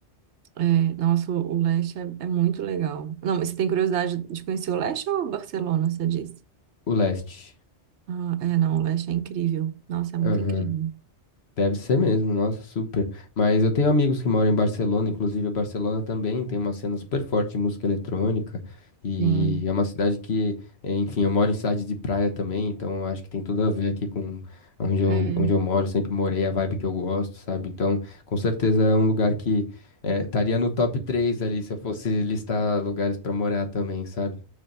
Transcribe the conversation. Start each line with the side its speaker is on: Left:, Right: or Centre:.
Right: É, nossa, o o leste é, é muito legal. Não, mas você tem curiosidade de conhecer o leste ou Barcelona, você disse?
Left: O leste.
Right: Ah, é, não, o leste é incrível. Nossa, é muito
Left: Aham.
Right: incrível.
Left: Deve ser mesmo, nossa, super. Mas eu tenho amigos que moram em Barcelona, inclusive a Barcelona também tem uma cena super forte de música eletrônica. E
Right: Sim.
Left: é uma cidade que, eh, enfim, eu moro em cidade de praia também, então acho que tem tudo a ver aqui com onde eu,
Right: É.
Left: onde eu moro, sempre morei, a vibe que eu gosto, sabe? Então, com certeza é um lugar que eh, estaria no top 3 ali se eu fosse listar lugares pra morar também, sabe?